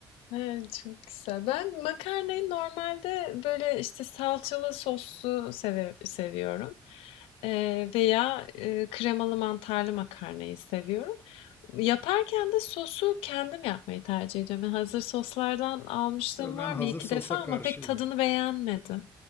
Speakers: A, on the left (about 85°); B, on the left (about 25°).
A: Evet, çok güzel. Ben makarnayı normalde böyle işte salçalı soslu seve- seviyorum. Ee, veya e, kremalı mantarlı makarnayı seviyorum. Yaparken de sosu kendim yapmayı tercih ediyorum. Yani hazır soslardan almışlığım
B: Yo, ben
A: var
B: hazır
A: bir iki
B: sosa
A: defa ama
B: karşıyım.
A: pek tadını beğenmedim.